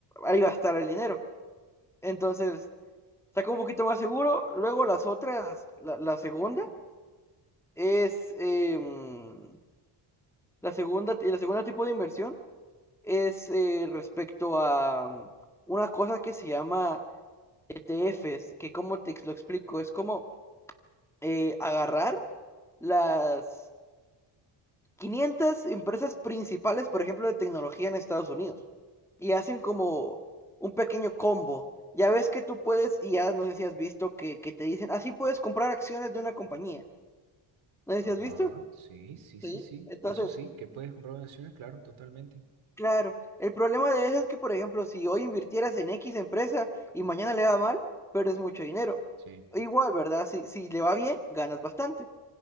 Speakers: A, in the centre; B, on the right (about 70°).
A: ahí va a estar el dinero. Entonces, está como un poquito más seguro. Luego las otras, la, la segunda es... em, la segunda, la segunda tipo de inversión es eh, respecto a mm, una cosa que se llama ETFs, que como te ex- lo explico, es como eh, agarrar las 500 empresas principales, por ejemplo, de tecnología en Estados Unidos, y hacen como un pequeño combo. Ya ves que tú puedes, y ya no sé si has visto que, que te dicen, así puedes comprar acciones de una compañía. No sé
B: Ajá,
A: si has visto.
B: sí, sí,
A: Sí.
B: sí, sí,
A: Entonces,
B: eso sí, que puedes comprar donaciones, claro, totalmente.
A: Claro, el problema de eso es que, por ejemplo, si hoy invirtieras en X empresa y mañana le va mal, pierdes mucho dinero.
B: Sí.
A: Igual, ¿verdad? Si, si le va bien, ganas bastante.